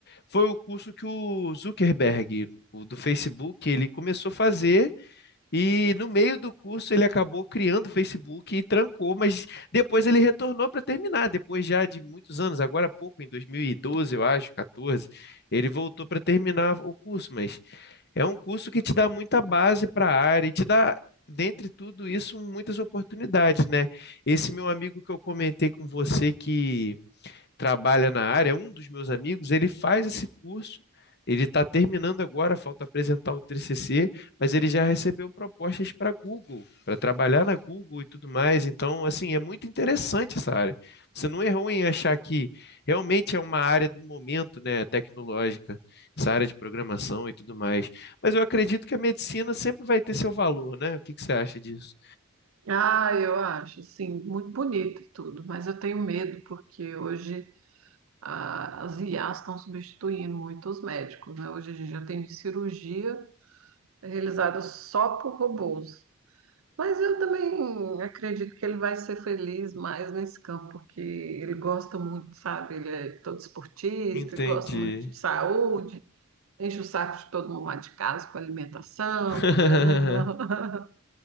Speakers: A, on the left; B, on the right.
A: Foi o curso que o Zuckerberg, o do Facebook, ele começou a fazer e no meio do curso ele acabou criando o Facebook e trancou, mas depois ele retornou para terminar, depois já de muitos anos, agora há pouco, em 2012, eu acho, 14, ele voltou para terminar o curso, mas é um curso que te dá muita base para a área e te dá, dentre tudo isso, muitas oportunidades, né? Esse meu amigo que eu comentei com você que trabalha na área, é um dos meus amigos, ele faz esse curso, ele está terminando agora, falta apresentar o TCC, mas ele já recebeu propostas para Google, para trabalhar na Google e tudo mais. Então, assim, é muito interessante essa área. Você não errou em achar que realmente é uma área do momento, né, tecnológica, essa área de programação e tudo mais. Mas eu acredito que a medicina sempre vai ter seu valor, né? O que que você acha disso?
B: Ah, eu acho, assim, muito bonito e tudo, mas eu tenho medo, porque hoje a- as IAs estão substituindo muito os médicos, né? Hoje a gente já tem cirurgia realizada só por robôs. Mas eu também acredito que ele vai ser feliz mais nesse campo, porque ele gosta muito, sabe? Ele é todo esportista,
A: Entendi.
B: ele gosta muito de saúde, enche o saco de todo mundo lá de casa com alimentação.
A: <laughs>
B: com- <laughs>